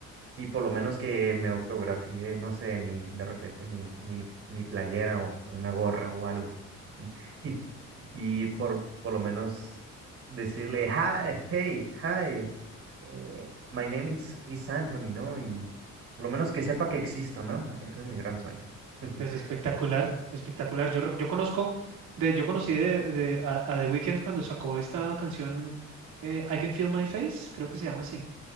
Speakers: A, on the right; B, on the right.
A: y por lo menos que me autografié, no sé, mi, de repente mi, mi, mi playera o una gorra o algo. <laughs> Y, y por, por lo menos decirle, hi, hey, hi, eh, my name is, is Anthony, ¿no? Y por lo menos que sepa que existo, ¿no? Ah, Ese es mi gran sueño. <laughs>
B: es espectacular, espectacular. Yo, re- yo conozco, de, yo conocí de, de- a, a The Weeknd cuando sacó esta canción eh, I Can Feel My Face, creo que se llama así.